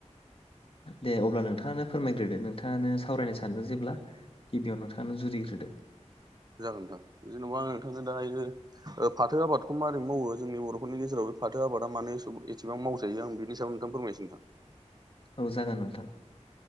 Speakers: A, on the left; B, on the right.
A: दे अब्ला नोंथाङानो फोरमायग्रोदो नोंथाङानो सावरायनो सानदों जेब्ला गिबियाव नोंथाङानो जुरिजेनग्रोदो।
B: जागोन नोंथां जेन'बा आं नोंथांनो दायो। फाथो आबादखौ माबारोरै मावो जोंनि बर'फोरनि गेजेराव बे फाथो आबादा मानो एसेबां मावजायो आं बेनि सायाव। द फोरमायनोसै नोंथां।
A: औ जागोन नोंथां।